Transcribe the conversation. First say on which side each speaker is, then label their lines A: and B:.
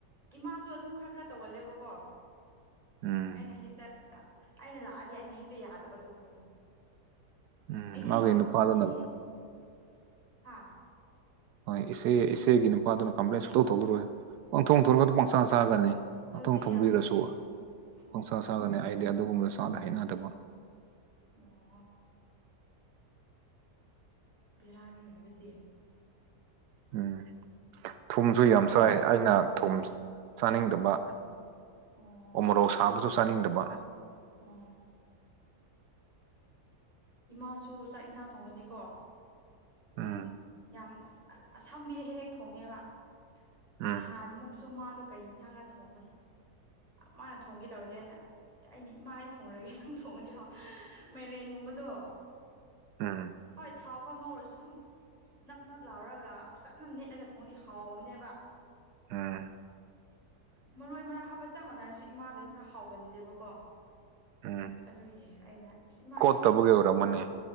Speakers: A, on the right (about 20°); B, on the right (about 85°).
A: ꯏꯃꯥꯁꯨ ꯑꯗꯨꯝ ꯈꯔ ꯈꯔ ꯇꯧꯒꯜꯂꯦꯕꯀꯣ
B: ꯎꯝ
A: ꯑꯩꯅ ꯍꯦꯛꯇ ꯑꯩꯅ ꯂꯥꯛꯑꯗꯤ ꯑꯩꯅ ꯍꯦꯛꯇ ꯌꯥꯗꯕ ꯑꯗꯨꯒꯨꯝꯕꯗꯨ
B: ꯎꯝ
A: ꯑꯩꯗꯤ
B: ꯃꯥꯒꯤ
A: ꯄꯥ
B: ꯅꯨꯄꯥꯗꯨꯅ
A: ꯍꯥꯏꯗꯤ ꯍꯥꯥ
B: ꯍꯣꯏ ꯏꯆꯦ ꯏꯆꯦꯒꯤ ꯅꯨꯄꯥꯗꯨꯅ ꯀꯝꯄ꯭ꯂꯦꯟ ꯁꯨꯇꯧ ꯇꯧꯕꯤꯔꯣꯏ ꯄꯪꯊꯣꯡ
A: ꯑꯣ
B: ꯊꯣꯡꯔꯒ ꯄꯪꯆꯥ ꯆꯥꯒꯅꯤ ꯄꯪꯊꯣꯡ
A: ꯑꯗꯨꯗꯤ
B: ꯊꯣꯡꯕꯤꯔꯁꯨ
A: ꯌꯥꯝ ꯐꯩꯌꯦ ꯑꯣ
B: ꯄꯪꯆꯥꯥ ꯆꯥꯒꯅꯤ ꯑꯩ ꯑꯩꯗꯤ ꯑꯗꯨꯒꯨꯝꯕ ꯆꯥꯗ ꯍꯩꯅꯗꯕ
A: ꯑꯣ ꯕꯦꯔꯅꯤꯅꯦ ꯑꯗꯨꯗꯤ
B: ꯎꯝ ꯊꯨꯝꯒꯨ
A: ꯑꯩꯈꯣꯏꯗꯤ
B: ꯌꯥꯝ ꯆꯥꯏ ꯑꯩꯅ ꯊꯨꯝ ꯆꯥꯅꯤꯡꯗꯕ
A: ꯑꯣ
B: ꯑꯣꯃꯣꯔꯣꯛ ꯁꯥꯕꯗꯨꯁꯨ ꯆꯥꯅꯤꯡꯗꯕ
A: ꯎꯝ ꯏꯃꯥꯁꯨ ꯆꯥꯛ ꯏꯟꯁꯥꯡ ꯊꯣꯡꯉꯗꯤꯀꯣ
B: ꯎꯝ
A: ꯗꯨꯨꯝ ꯌꯥꯝ ꯑꯁꯝꯕꯤꯗ ꯍꯦꯛ ꯍꯦꯛ ꯊꯣꯡꯉꯦꯕ
B: ꯎꯝ
A: ꯅꯍꯥꯟ ꯃꯨꯛꯁꯨ ꯃꯥꯗꯣ ꯀꯩ ꯌꯦꯟꯁꯥꯡꯕ ꯊꯣꯡꯕꯅꯤ ꯃꯥꯅ ꯊꯣꯡꯒꯦ ꯇꯧꯔꯗꯤ ꯑꯩꯅ ꯑꯩꯅ ꯏꯃꯥ ꯑꯩ ꯊꯣꯡꯔꯒꯦ ꯅꯪ ꯊꯣꯡꯉꯗꯤ ꯍꯥꯎ ꯃꯦꯔꯦꯟꯒꯨꯝꯕꯗꯣ
B: ꯎꯝ
A: ꯍꯣꯏ ꯊꯥꯎ ꯈꯉꯧꯔꯁꯨ ꯑꯗꯨꯝ ꯅꯞ ꯅꯞ ꯂꯥꯎꯔꯒ ꯐꯖꯅ ꯅꯦꯠꯂꯒ ꯊꯣꯡꯉꯗꯤ ꯍꯥꯎꯕꯅꯦꯕ
B: ꯎꯝ
A: ꯃꯔꯣꯏ ꯃꯔꯥꯡ ꯍꯥꯞꯄ ꯆꯞ ꯃꯥꯟꯅꯔꯁꯨ ꯏꯃꯥꯒꯁꯨ ꯈꯔ ꯍꯥꯎꯒꯟꯗꯦꯕꯀꯣ
B: ꯎꯝ
A: ꯑꯗꯨꯒꯤ ꯑꯩꯅ ꯏꯃꯥꯥ
B: ꯀꯣꯠꯇꯕꯒꯤ
A: ꯑꯩ ꯊꯣꯡꯒꯦ
B: ꯑꯣꯏꯔꯝꯃꯅꯤ
A: ꯍꯥꯏꯕ